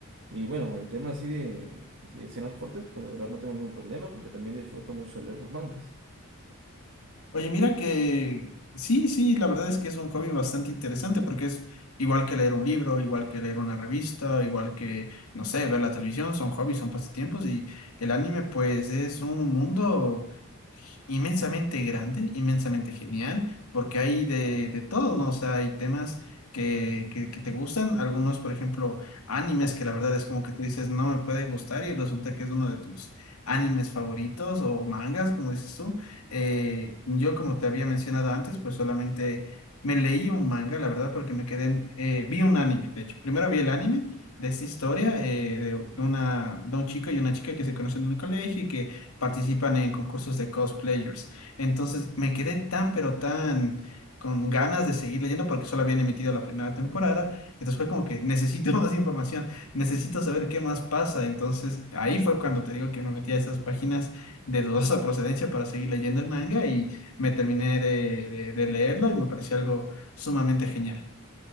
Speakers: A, on the right (about 60°); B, on the left (about 85°).
A: Y bueno, con el tema así de, de escenas fuertes, pues la verdad no tengo ningún problema porque también disfruto mucho leer los mangas.
B: Oye, mira que sí, sí, la verdad es que es un hobby bastante interesante porque es igual que leer un libro, igual que leer una revista, igual que, no sé, ver la televisión, son hobbies, son pasatiempos y el anime pues es un mundo inmensamente grande, inmensamente genial, porque hay de, de todo, ¿no? O sea, hay temas que, que, que te gustan, algunos, por ejemplo, animes que la verdad es como que tú dices, no me puede gustar y resulta que es uno de tus animes favoritos o mangas, como dices tú. Eh, yo, como te había mencionado antes, pues solamente me leí un manga, la verdad, porque me quedé, eh, vi un anime, de hecho. Primero vi el anime de esta historia eh, de de una, de un chico y una chica que se conocen en el colegio y que participan en concursos de cosplayers. Entonces me quedé tan, pero tan con ganas de seguir leyendo porque solo habían emitido la primera temporada. Entonces fue como que necesito <laughs> más información, necesito saber qué más pasa. Entonces ahí fue cuando te digo que me metí a esas páginas de dudosa procedencia para seguir leyendo el manga y me terminé de, de- de leerlo y me pareció algo sumamente genial.